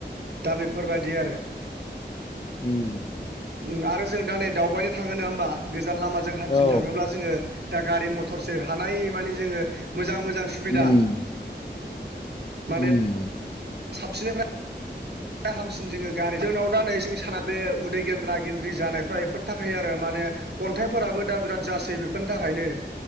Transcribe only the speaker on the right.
दा बेफोरबायदि आरो।
उम आरो जों दा नै दावबायनो थाङो नङा होमबा गोजान लामाजों हान्थिनो
थाङोब्ला जोङो दा गारि मथरसो हानाय माने जोङो मोजां मोजां सुबिदा
माने
साबसिननिफ्राय हामसिन जोङो गारि जोंनाव दा नै साना बे उदै गेन्द्रा गेन्द्रि जानायफ्रा बेफोर थाखायो आरो माने अन्थाइफोराबो दा बिराद जासै बेफोरनि थाखायनो